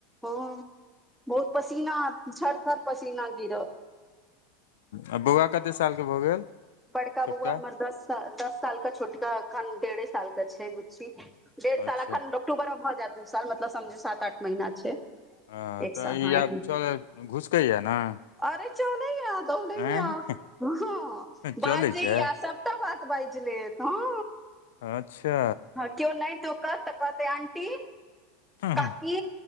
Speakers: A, in the centre; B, on the left.
A: हँ, बहुत पसीना झर थर पसीना गिरल।
B: आ बौआ कते सालके भऽ गेल?
A: बड़का
B: छोटका
A: बौआ हमर दस साल दस साल के छोटकाअखन डेढ़े साल के छै बुच्ची। डेढ़
B: अच्छा
A: साल अखन अक्टूबर मे भऽ जायत दू साल मतलब समझ सात आठ महीना छै।
B: ह
A: एक
B: तऽ
A: साल
B: ई
A: हँ एक
B: आब चलै घुसकैया ने?
A: अरे, चलेए य दोरेया,
B: आँय
A: य
B: चलै
A: बाजे।
B: छै
A: सभटा बात बाज लेत ह
B: अच्छा
A: कोनो नहि, तू कहत तऽ कहतै आंटी,
B: हँ
A: काकी,